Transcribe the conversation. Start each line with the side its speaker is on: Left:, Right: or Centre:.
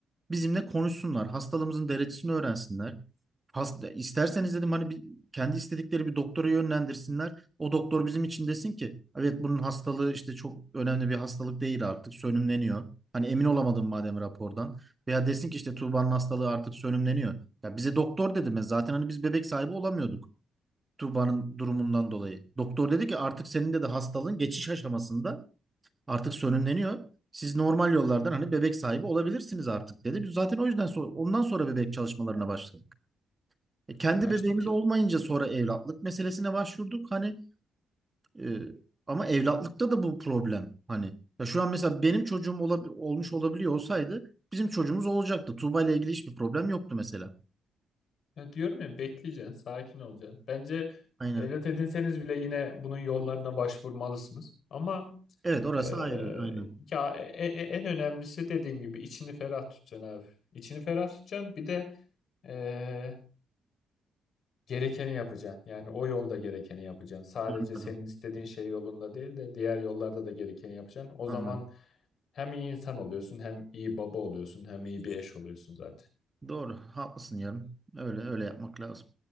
Right: bizimle konuşsunlar. Hastalığımızın derecesini öğrensinler. Hasta, isterseniz dedim hani bir, kendi istedikleri bir doktora yönlendirsinler. O doktor bizim için desin ki evet bunun hastalığı işte çok önemli bir hastalık değil artık sönümleniyor. Hani emin olamadım madem rapordan. Veya desin ki işte Tuğba'nın hastalığı artık sönümleniyor. Ya bize doktor dedi mi? Zaten hani biz bebek sahibi olamıyorduk Tuğba'nın durumundan dolayı. Doktor dedi ki artık senin de de hastalığın geçiş aşamasında artık sönümleniyor. Siz normal yollardan hani bebek sahibi olabilirsiniz artık dedi. Biz zaten o yüzden sonra, ondan sonra bebek çalışmalarına başladık. E, kendi
Left: Ya
Right: bebeğimiz
Left: işte te-
Right: olmayınca sonra evlatlık meselesine başvurduk. Hani e, ama evlatlıkta da bu problem. Hani ya şu an mesela benim çocuğum olab- olmuş olabiliyor olsaydı bizim çocuğumuz olacaktı. Tuğba ile ilgili hiçbir problem yoktu mesela.
Left: Ya diyorum ya bekleyeceksin, sakin olacaksın. Bence
Right: Aynen.
Left: evlat edinseniz bile yine bunun yollarına başvurmalısınız. Ama
Right: Evet orası
Left: eee,
Right: ayrı. Aynen.
Left: ya e- e- en önemlisi dediğim gibi içini ferah tutacaksın abi. İçini ferah tutacaksın. Bir de eee, gerekeni yapacaksın. Yani o yolda gerekeni yapacaksın. Sadece
Right: Anladım.
Left: senin istediğin şey yolunda değil de diğer yollarda da gerekeni yapacaksın. O
Right: Anladım.
Left: zaman hem iyi insan oluyorsun, hem iyi baba oluyorsun, hem iyi bir eş oluyorsun zaten.
Right: Doğru. Haklısın yarın. Öyle öyle yapmak lazım.